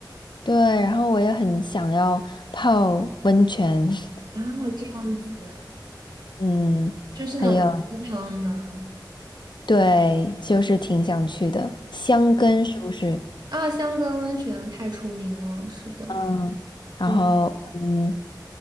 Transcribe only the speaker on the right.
啊，这样子，
就是那种鸡汤吗？
啊，香根温泉太出名了，是的，
对